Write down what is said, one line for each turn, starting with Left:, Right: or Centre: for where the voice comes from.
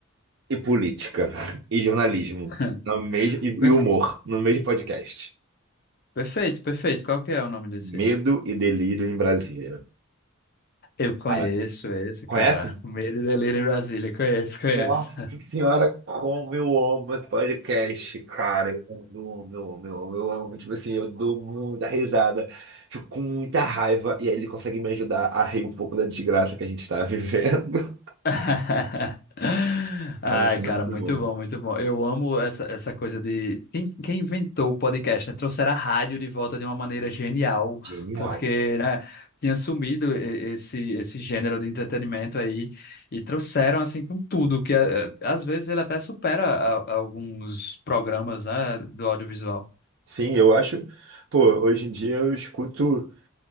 Right: e política <laughs> e jornalismo
Left: <laughs>
Right: no mesmo e
Left: Perfe-
Right: e humor no mesmo podcast.
Left: Perfeito, perfeito. Qual que é o nome desse?
Right: Medo e Delírio em Brasília.
Left: Eu conheço
Right: Cara,
Left: esse,
Right: conhece?
Left: cara. Medo e Delírio em Brasília. Conheço, conheço.
Right: Nossa senhora, como eu amo esse podcast, cara. Eu amo, eu amo, eu amo, eu amo. Tipo assim, eu dou muita risada, fico com muita raiva, e aí ele consegue me ajudar a rir um pouco da desgraça que a gente está vivendo. <laughs>
Left: <laughs> Ai,
Right: Ah, meu
Left: cara,
Right: Deus.
Left: muito bom, muito bom. Eu amo essa, essa coisa de. Quem, quem inventou o podcast, né? Trouxeram a rádio de volta de uma maneira genial,
Right: Genial.
Left: porque, né, tinha sumido e- esse, esse gênero de entretenimento aí e trouxeram, assim, com tudo, que eh, às vezes ele até supera a- alguns programas, né, do audiovisual.
Right: Sim, eu acho. Pô, hoje em dia eu escuto.